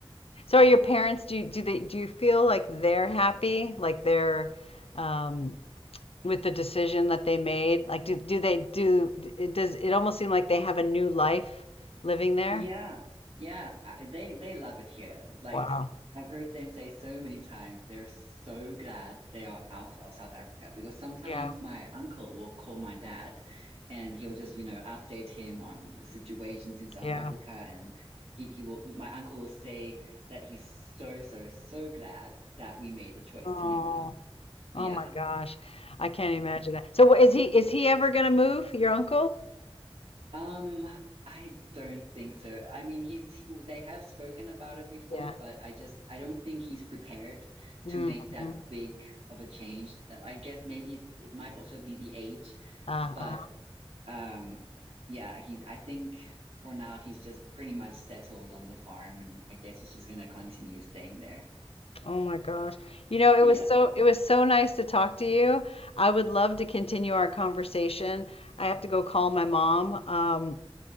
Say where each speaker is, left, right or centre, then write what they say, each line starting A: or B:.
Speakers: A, on the left; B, on the right.
A: So are your parents, do you, do they, do you feel like they're happy? Like they're, um, with the decision that they made? Like, do, do they do it? Does it almost seem like they have a new life living there?
B: Yeah, yeah, I, they they love it here. Like
A: Wow.
B: I've heard them say so many times, they're so glad they are out of South Africa because sometimes
A: Yeah.
B: my uncle will call my dad, and he'll just you know update him on the situations in South
A: Yeah.
B: Africa, and he he will my uncle will say that he's so so so glad that we made the choice
A: Oh.
B: to move.
A: Oh
B: Yeah,
A: my gosh. I can't imagine
B: Yeah.
A: that. So wh- is he is he ever gonna move, your uncle?
B: Um, I don't think so. I mean, he's he- they have spoken about it before,
A: Yeah.
B: but I just I don't think he's prepared
A: Mm-hmm.
B: to make that big of a change. Uh, I guess maybe it's it might also be the age,
A: Uh-uh.
B: but um, yeah, he's I think for now he's just pretty much settled on the farm, and I guess he's just gonna continue staying there.
A: Oh my gosh. You know, it
B: Yeah.
A: was so it was so nice to talk to you. I would love to continue our conversation. I have to go call my mom. Um,